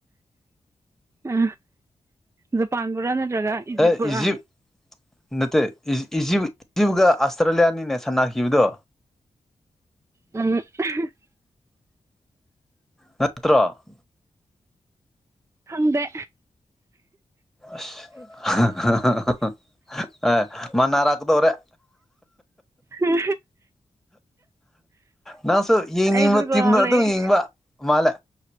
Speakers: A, on the right; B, in the centre.
A: ꯑ ꯖꯄꯥꯟꯕꯨꯔꯥ ꯅꯠꯇ꯭ꯔꯒ ꯏꯖꯤꯞꯄꯨꯔꯥ
B: ꯍꯩ ꯏꯖꯤꯞ ꯅꯠꯇꯦ꯫ ꯏꯖꯤꯞꯒ ꯑꯁꯇ꯭ꯔꯦꯂꯤꯌꯥꯅꯤꯅꯦ ꯁꯥꯟꯅꯈꯤꯕꯗꯣ
A: ꯎꯝ <unintelligible> <inaudible>
B: ꯅꯠꯇ꯭ꯔꯣ
A: ꯈꯪꯗꯦ
B: ꯑꯁ <inaudible> ꯑꯦ ꯃꯅꯔꯛꯀꯗꯣꯔꯦ
A: ꯎꯝ
B: ꯅꯪꯁꯨ ꯌꯦꯡꯅꯤꯡꯕ
A: ꯑꯩꯁꯨꯀꯣ
B: ꯇꯤꯝꯗꯣ ꯑꯗꯨꯝ
A: ꯂꯥꯏꯔꯤꯛ
B: ꯌꯦꯡꯕ ꯃꯥꯜꯂꯦ